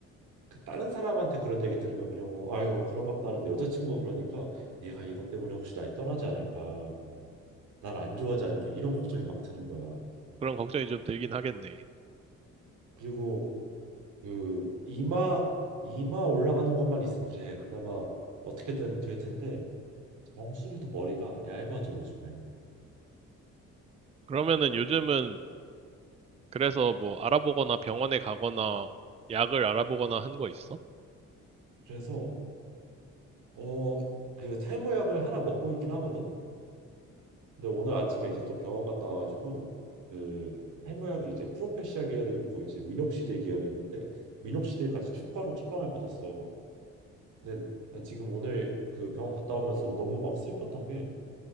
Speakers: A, on the right; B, on the right.
A: 그 다른 사람한테 그런 얘기 들으면 그냥 뭐 아유 그런 것도 하는데 여자친구가 그러니까 얘가 이것 때문에 혹시 날 떠나지 않을까 날 안 좋아하지 않을까 이런 걱정이 막 드는 거야
B: 그런 걱정이 좀 들긴 하겠네.
A: 그리고 그 이마 이마 올라가는 것만 있으면 그래 그나마 어떻게든 될 텐데 정수리도 머리가 얇아져 요즘에
B: 그러면은 요즘은 그래서 뭐 알아보거나 병원에 가거나 약을 알아보거나 한 거 있어?
A: 그래서 어 그 탈모약을 하나 먹고 있긴 하거든 근데 오늘 아침에 이제 또 병원 갔다 와가지고 그 탈모약이 이제 프로페시아 계열이 있고 이제 미녹시딜 계열이 있는데 미녹시딜까지 추가로 처방을 받았어. 근데 난 지금 오늘 그 병원 갔다 오면서 너무 막 슬펐던 게